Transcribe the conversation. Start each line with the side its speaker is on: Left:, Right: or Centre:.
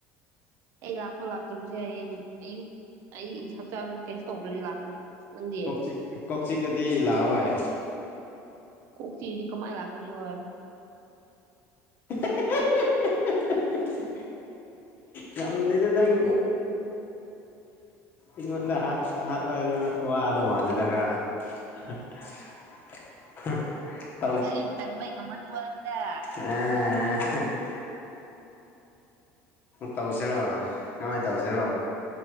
Right: ꯑꯩ ꯂꯥꯛꯄ ꯂꯥꯛꯇꯕꯁꯦ ꯍꯌꯦꯡ ꯑꯌꯨꯛ ꯑꯩ ꯍꯛꯆꯥꯡ ꯀꯩꯁꯨ ꯇꯧꯗ꯭ꯔꯗꯤ ꯂꯥꯛꯀꯅꯤ ꯅꯪꯗꯤ
Left: ꯀꯣꯛꯆꯤꯛ ꯀꯣꯛꯆꯤꯛ ꯑꯗꯤ ꯂꯥꯛꯑꯣꯏ
Right: ꯀꯣꯛꯆꯤꯛꯑꯗꯤ ꯀꯃꯥꯏ ꯂꯥꯛꯀꯅꯤ ꯑꯣꯏ
Left: <inaudible> ꯉꯝꯗꯦꯗ ꯅꯪ ꯏꯪꯉꯣꯟꯗ ꯍꯥꯠ ꯍꯥꯠꯄꯥ ꯉꯥ ꯋꯥ ꯑꯗꯣ ꯃꯥꯜꯂꯤꯗ ꯈꯔꯥ <inaudible>
Right: ꯑꯩ ꯇꯟ ꯕꯩ ꯉꯝꯃꯟꯕꯣ ꯋꯥꯅꯤꯗ
Left: <unintelligible> ꯇꯧꯁꯤꯔꯣ ꯀꯔꯃꯥꯏꯅ ꯇꯧꯁꯤꯔꯣ